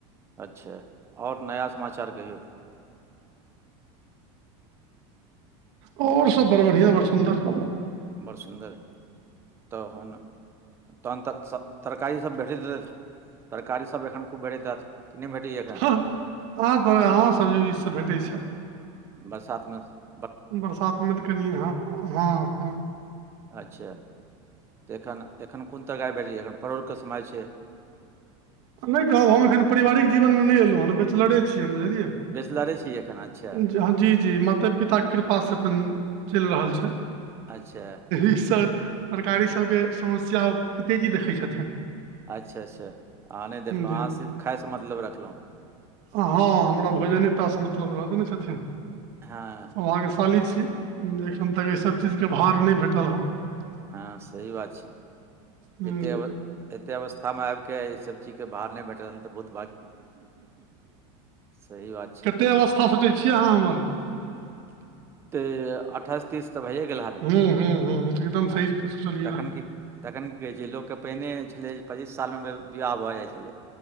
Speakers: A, on the right; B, on the right.
A: अच्छा आओर नया समाचार कहियौ?
B: आओर सब बड़ बढ़िआं बड़ सुन्दर।
A: बड़ सुन्दर तहन तहन तऽ तरकारीसभ भेटैत हेतै। तरकारी सब एखन खूब भेटैत हैत कि नहि भेटैया एखन?
B: आँ हँ सब्जी उबजीसब भेटै छै।
A: बरसातमे --
B: बरसातमे तऽ कनि अहाँ हँ -हँ
A: अच्छा तऽ एखन- एखन कोन तरकार आ भेटै जाएया एखन परोर के समय छै।
B: नहि कहब हम एखन पारिवारिक जीवनमे नहि एलहुँ हँ बैचलरे छी हम बुझलियै।
A: बेचलरे छीयै एखन अच्छा- -
B: ज- जी -जी माते पिताके कृपासँ अपन चलि रहल छै
A: अच्छा
B: ई सब- - तरकारी सबके समस्या ओ तेजी देखै छथिन।
A: अच्छा- अच्छा अहाँ नहि देखलहुँ
B: जी
A: अहाँ सिर्फ खायसँ मतलब रखलहुँ- -
B: हँ- हँ- ह हमरा भोजने टा स मतलब रखने छथिन।
A: हँ- -
B: भाग्यशाली छी एखन तक एहिसभ चीजके भार नहि भेटल हँ- -
A: हँ से- - कि बात छिई।
B: जी।
A: एते अ एते अवस्था मे आबिक के ई सब चीज के भार नहि भेटल नेय तऽ बहुत- - सही बात छै
B: कते अवस्था सचै छियै अहाँ हमर- -
A: <unintelligible> ते अठाइस तीस तऽ भइए गेल हैत अ
B: हूँ हूँ हूँ एकदम सही सोचलियै
A: तखेन की- - तखन की कहै छै लोककेँ पहिने छलै पच्चीस सालमे विवाह भऽ जाइत छलैइ।